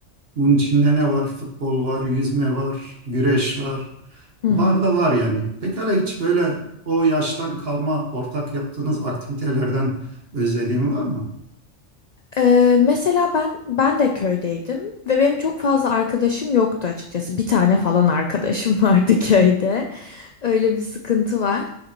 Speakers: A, on the right (about 50°); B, on the left (about 60°).
A: Bunun içinde ne var? Futbol var, yüzme var, güreş var.
B: Hı
A: Var
B: hı.
A: da var yani. Pekala hiç böyle o yaştan kalma ortak yaptığınız aktivitelerden özlediğin var mı?
B: Ee, mesela ben ben de köydeydim ve benim çok fazla arkadaşım yoktu açıkçası. Bir tane falan arkadaşım <laughs> vardı köyde. Öyle bir sıkıntı var.